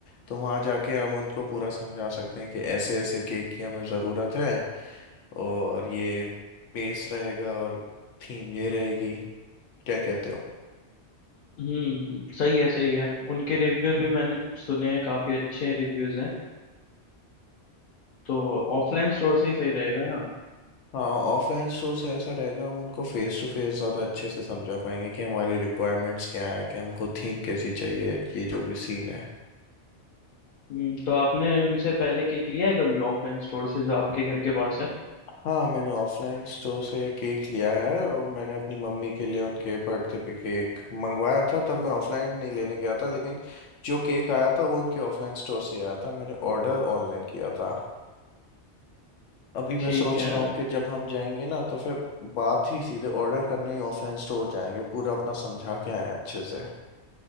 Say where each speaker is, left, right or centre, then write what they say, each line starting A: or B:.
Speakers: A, on the left; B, on the left.
A: तो वहाँ जाके हम उनको पूरा समझा सकते हैं कि ऐसे ऐसे केक की हमें ज़रूरत है और ये बेस रहेगा और थीम ये रहेगी क्या कहते हो
B: हम्म सही है सही है उनके रिव्यूज भी मैंने सुने हैं काफी अच्छे रिव्यूज हैं तो ऑफलाइन स्टोर से ही सही रहेगा ना
A: हाँ ऑफलाइन स्टोर से ऐसा रहेगा हम उनको फेस टू फेस ज़्यादा अच्छे से समझा पाएंगे कि हमारी रिक्वायरमेंट्स क्या है कि हमको थीम कैसी चाहिए ये जो भी सीन है
B: हम्म तो आपने उनसे पहले केक लिया है कभी ऑफलाइन स्टोर से जो आपके घर के पास है
A: हाँ मैंने ऑफलाइन स्टोर से केक लिया है और मैंने अपनी मम्मी के लिए उनके बर्थडे पे केक मंगवाया था तब मैं ऑफलाइन नहीं लेने गया था लेकिन जो केक आया था वो उनके ऑफलाइन स्टोर से ही आया था मैंने ऑर्डर ऑनलाइन किया था अभी मैं
B: ठीक
A: सोच
B: है
A: रहा हूँ कि जब हम जाएंगे ना तो फिर बात ही सीधे ऑर्डर करने ही ऑफलाइन स्टोर जाएंगे पूरा अपना समझा के आए अच्छे से